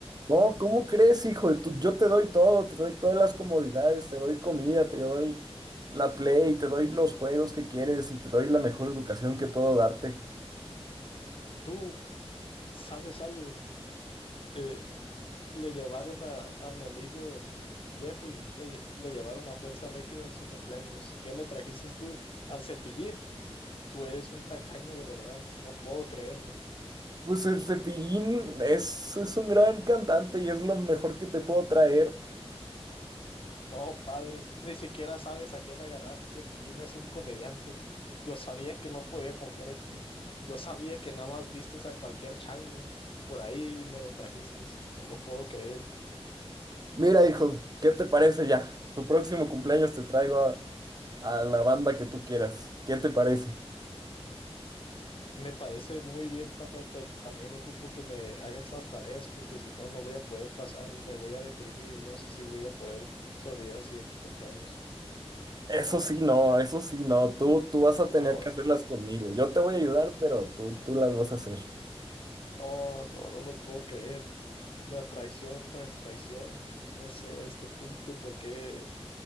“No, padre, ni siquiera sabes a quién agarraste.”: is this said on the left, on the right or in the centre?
Left